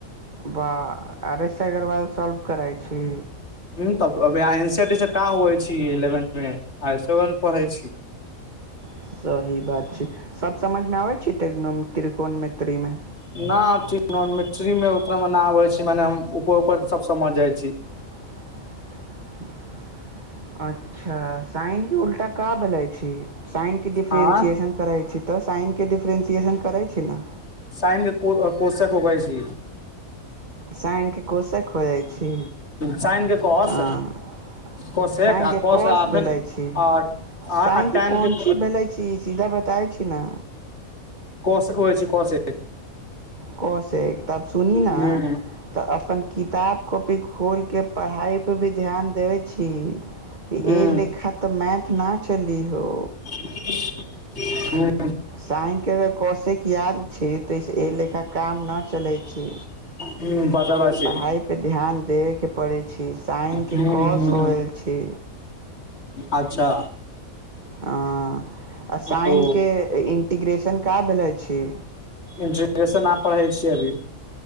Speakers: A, on the right; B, on the left.
A: वाह, आर एस अग्रवाल सॉल्व करै छी।
B: ह तबह एन सी आर टी से कहाँ होइ छै इलेवेन्थमे आ सेथ पढ़ै छी
A: हँ, सही बात छै। सब समझ में आबै छै त्रिकोणमिति में।
B: न नॉ ट्रीगोनोमेटरीमे उतना मे न आबै छै मने ऊपर ऊपर सब समझ जाइ छी
A: <inaudible> अच्छा साइनके उल्टा क भेलै छै साइनके डिफ्रेन्सिएशन
B: हँ
A: करै छी तऽ साइनके डिफ्रेन्सिएशन करै छी ने
B: साइन के कोर्शक होगा इसी
A: साइन कऽ कोशक ख खोजइ छी
B: साइन के कॉस
A: हँ
B: कोशेक
A: साइन
B: आ
A: क
B: कॉस
A: कौस
B: आ
A: भेलै
B: फेन
A: छी
B: आ
A: साइन
B: आ
A: क
B: टेन
A: कोन
B: के
A: चीज बोलै छी सीधा बताै छी ने
B: कस कहै छै कस
A: क से त सुनी न
B: हूं
A: तऽ अपन किताब को खोलके पढ़ाइ पर भी ध्यान देबै छी एहि
B: हूं
A: लेखा तऽ मैथ ना चली हो
B: हू
A: साइनके अगर कौशयके याद छी तऽसँ एहि लेखा काम नहि चलै छी
B: हूं पाछाभाछी
A: पढ़ाई पे ध्यान देबे के पड़े छै साइन
B: हूं
A: के कस
B: हूं
A: हो छी
B: अच्छा
A: ह आ साइनके
B: ओ
A: इन्टीग्रेशन क भेलो छी
B: इंट्रग्रेशन आब पढ़ै छियै अभी